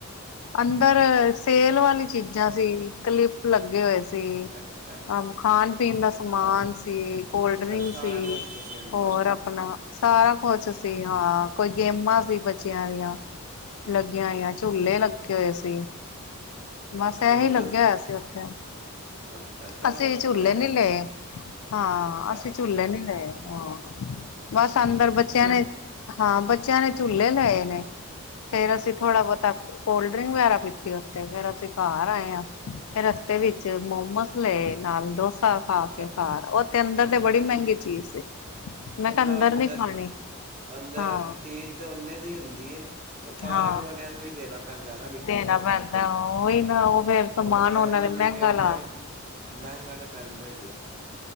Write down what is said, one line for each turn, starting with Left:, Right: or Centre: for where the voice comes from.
Left: ਅੰਦਰ ਸੇਲ ਵਾਲੀ ਚੀਜ਼ਾਂ ਸੀ, ਕਲਿਪ ਲੱਗੇ ਹੋਏ ਸੀ।
Right: ਅੱਛਾ-ਅੱਛਾ ਅੱਛਾ
Left: ਖਾਣ-ਪੀਣ ਦਾ ਸਮਾਨ ਸੀ, ਕੋਲਡ
Right: ਅੱਛਾ
Left: ਡਰਿੰਕ
Right: ਸਾਰਾ
Left: ਸੀ,
Right: ਕੁਛ ਸੀ ਅੰਦਰ
Left: ਹੋਰ ਆਪਣਾ ਸਾਰਾ ਕੁਛ ਸੀ ਹਾਂ। ਕੋਈ ਗੇਮਾਂ ਸੀ
Right: ਅੱਛਾ-ਅੱਛਾ
Left: ਬੱਚਿਆਂ ਦੀਆਂ, ਲੱਗੀਆਂ ਹੋਈਆਂ ਝੂਲੇ ਲੱਗੇ ਲੱਗੇ ਹੋਏ ਸੀ, ਬਸ ਇਹੀ
Right: ਹੋਰ
Left: ਲੱਗਿਆ
Right: ਤੁਸ
Left: ਹੋਇਆ ਸੀ ਉੱਥੇ।
Right: ਅੱਛਾ ਚਲੋ
Left: ਅਸੀਂ
Right: ਵਧੀਆ
Left: ਝੂਲੇ ਨੀ ਲੇ। ਹਾਂ
Right: ਅੱਛਾ
Left: ਅਸੀਂ ਝੂਲੇ ਨੀ ਲਏ ਹਾਂ, ਬਸ ਅੰਦਰ ਬੱਚਿਆਂ ਨੇ ਹਾਂ ਬੱਚਿਆਂ ਨੇ ਝੂਲੇ ਲਏ ਨੇ, ਫੇਰ ਅਸੀਂ ਥੋੜ੍ਹਾ ਬੋਤਾ ਕੋਲਡ ਡਰਿੰਕ ਵਗੈਰਾ ਪੀਤੀ ਉਥੇ ਫੇਰ ਅਸੀਂ ਘਰ ਆਏ ਆ, ਫਿਰ ਰਸਤੇ ਵਿੱਚ ਮੋਮੋਸ ਲੇ ਨਾਲ ਡੋਸਾ
Right: ਅੱਛਾ-ਅੱਛਾ
Left: ਖਾ ਕੇ ਘਰ ਆਏ, ਉਥੇ ਅੰਦਰ ਤੇ ਬੜੀ ਮਹਿੰਗੀ ਚੀਜ਼ ਸੀ। ਮੈਂ
Right: ਉਦਾ
Left: ਕਿਹਾ
Right: ਅੰਦਰ-
Left: ਨੀ ਖਾਣੀ
Right: ਅੰਦਰ
Left: ਹਾਂ
Right: ਚੀਜ਼ ਤੇ ਓਨੇ ਦੀ ਹੁੰਦੀ ਐ, ਉਹ ਪਾਰਕ
Left: ਹਾਂ
Right: ਵਾਲਿਆਂ ਨੂੰ ਵੀ ਦੇਣਾ ਪੈਂਦਾ। ਨਾਲੇ ਵਿੱਚੋਂ
Left: ਦੇਣਾ
Right: ਫਿਰ,
Left: ਪੈਂਦਾ ਉਹੀ ਨਾ ਉਹ ਫੇਰ ਸਮਾਨ
Right: ਉਹ ਫੇਰ ਉਹਨਾਂ
Left: ਨੇ
Right: ਨੂੰ
Left: ਮਹਿੰਗਾ
Right: ਵੀ ਆਪਣਾ
Left: ਲਾ
Right: ਵੀ ਮਹਿੰਗਾ ਤੇ ਪੈਂਦਾ ਈ ਐ।